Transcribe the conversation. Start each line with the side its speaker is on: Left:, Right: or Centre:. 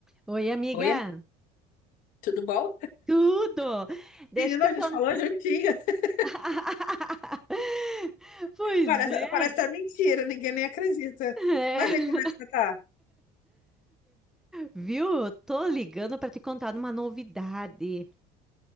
Centre: Oi, amiga.
Left: Oi, tudo bom?
Centre: Tudo! Deixa
Left: Menina,
Centre: eu te
Left: a gente
Centre: contar.
Left: falou juntinho. <laughs>
Centre: <laughs> Pois
Left: Parece,
Centre: é.
Left: parece até mentira, ninguém nem acredita.
Centre: É.
Left: Mas aí, como é que você tá?
Centre: Viu? Eu Tô ligando para te contar uma novidade.